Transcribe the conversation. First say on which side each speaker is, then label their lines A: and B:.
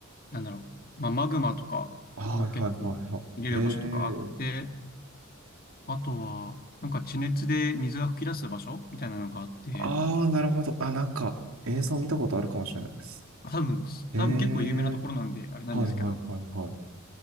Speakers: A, on the left; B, on the right.
A: なんだろう、まあ、マグマとかも結構見れる場所とかあって、
B: はいはいはいはい。へえ、
A: あとは、なんか地熱で水が噴き出す場所みたいなのがあって、
B: ああ、なるほど。あ、なんか、映像見たことあるかもしれないです。
A: 多分、
B: へえ、
A: 多分結構有名なところなんで、あれなんですけど、
B: はいはいはいはい。